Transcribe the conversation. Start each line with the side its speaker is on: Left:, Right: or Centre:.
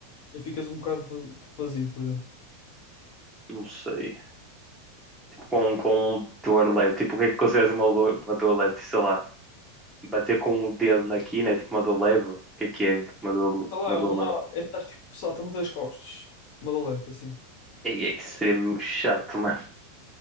Left: Já ficas um bocado tipo, vazio por dentro.
Centre: não sei. Tipo, com, com um dor leve, tipo, o que é que consideras uma, dor- uma dor leve? Sei lá, bater com o dedo na quina é tipo uma dor leve? O que é que é? Tipo, Uma dor,
Left: sei lá,
Centre: uma
Left: é
Centre: dor
Left: uma.
Centre: leve.
Left: É, estás tipo, salta-me das costas. Uma de leve, assim.
Centre: Ei, é extremamente chato, mano.